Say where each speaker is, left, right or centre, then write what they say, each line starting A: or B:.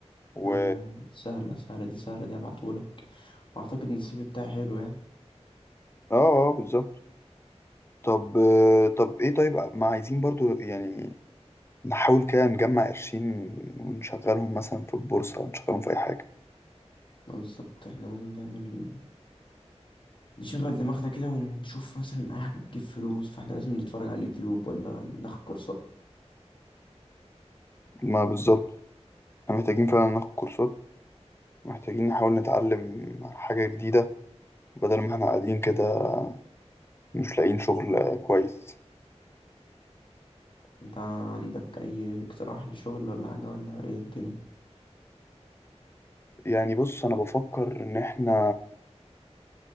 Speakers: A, on the left; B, on the left.
A: و
B: يا عم سهلة سهلة دي سهلة دي هبعتهولك واعتقد ان السي في بتاعي حلو يعني
A: اه اه بالظبط طب آه، طب ايه طيب ما عايزين برضو يعني نحاول كده نجمع قرشين ونشغلهم مثلا في البورصة ونشغلهم في أي حاجة
B: ما بالظبط احنا لازم نعمل نشغل دماغنا كده ونشوف مثلا اي حاجة تجيب فلوس فاحنا لازم نتفرج على اليوتيوب ولا ناخد كورسات
A: ما بالظبط احنا محتاجين فعلا ناخد كورسات محتاجين نحاول نتعلم حاجة جديدة بدل ما احنا قاعدين كده مش لاقيين شغل آه، كويس
B: انت عندك اي اقتراح لشغل ولا حاجة ولا ايه الدنيا
A: يعني بص انا بفكر ان احنا